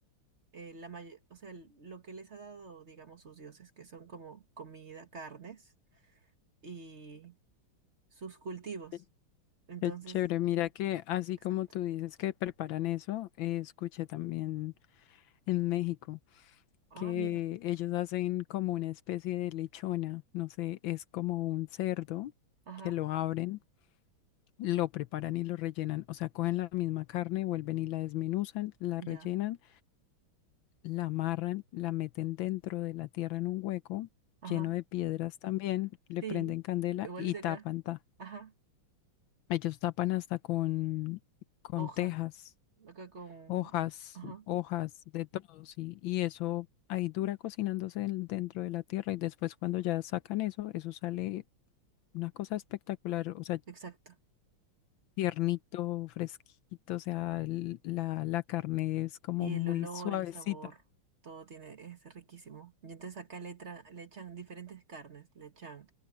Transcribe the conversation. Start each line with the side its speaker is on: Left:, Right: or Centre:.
Right: eh, la may- o sea, l- lo que les ha dado, digamos, sus dioses, que son como comida, carnes y sus cultivos.
Left: Qué
Right: Entonces,
Left: qué chévere. Mira que así
Right: exacto.
Left: como tú dices que preparan eso, eh, escuché también en México
Right: Ah,
Left: que
Right: mira.
Left: ellos hacen como una especie de lechona, no sé, es como un cerdo
Right: Ajá,
Left: que lo abren Lo preparan y lo rellenan, o sea, cogen la misma carne, vuelven y la desmenuzan, la
Right: ya.
Left: rellenan, la amarran, la meten dentro de la tierra en un hueco
Right: Ajá.
Left: lleno de piedras también, le
Right: Sí,
Left: prenden candela
Right: igualito
Left: y tapan.
Right: acá.
Left: ta-
Right: Ajá,
Left: Ellos tapan hasta con, con
Right: hoja.
Left: tejas,
Right: Acá con...
Left: hojas,
Right: Ajá,
Left: hojas de todo, sí, y eso ahí dura cocinándose en- dentro de la tierra y después cuando ya sacan eso, eso sale una cosa espectacular, o sea,
Right: exacto.
Left: tiernito, fresquito, o sea, l- la, la carne es como
Right: Y
Left: muy
Right: el olor,
Left: suavecita.
Right: el sabor, todo tiene, es riquísimo. Y entonces acá le, tra- le echan diferentes carnes. Le echan